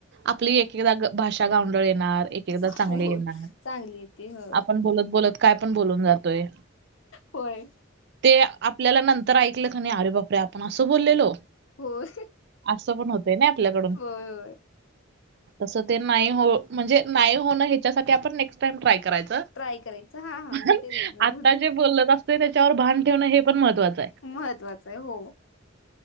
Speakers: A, on the right; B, on the left.
A: आपली एकेकदा भाषा गावंडळ येणार एकेएकदा
B: होय
A: चांगले येणार
B: चांगली येते हो
A: आपण बोलत बोलत काय पण बोलून जातोय.
B: होय
A: ते आपल्याला नंतर ऐकलं क नि नाही अरे बापरे आपण असं बोललेलो.
B: होय
A: असं पण होतंय ना आपल्याकडून.
B: होय होय
A: तसं ते नाही हो म्हणजे नाही होणं ह्याच्यासाठी आपण नेक्स्ट टाइम ट्राय करायचं.
B: ट्राय करायचं हा हा
A: पण
B: मी तेच म्हणत
A: आता
B: होते
A: जे बोलत असत त्याच्यावर भान ठेवणं हे पण महत्त्वाचं आहे.
B: महत्त्वाचं आहे हो‌.